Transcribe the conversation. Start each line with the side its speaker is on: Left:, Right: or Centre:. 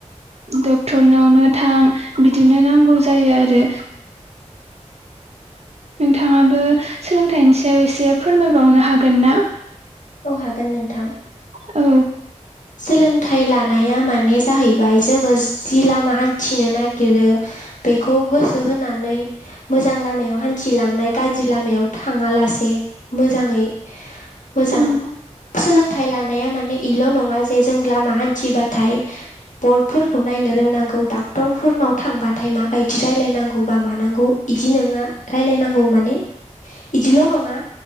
Right: डक्टरनावनो थां बिदिनो नांगौ जायो आरो। नोंथाङाबो सोलोंथाइनि सायाव एसे फोरमायबावनो हागोन ना।
Left: औ हागोन नोंथां।
Right: औ।
Left: सोलोंथाइ लानाया मान जाहैबाय जोंङो जि लामा हान्थिनो नागिरो। बेखौ गोसो होनानै मोजां लामायाव हान्थिलांनाय गाज्रि लामायाव थाङा लासे। मोजाङै मोजां
Right: औ
Left: सोलोंथाइ लानाया माने इल' नङा। जे जों लामा हान्थिबाथाय। बर्डफोरखौ नायनो रोंनांगौ डाक्टरफोरनाव थांबाथाय माबायदि रायलायनांगौ बा मानांगौ। बिदि नोङा रायलायनांगौ माने बिदिल' नङा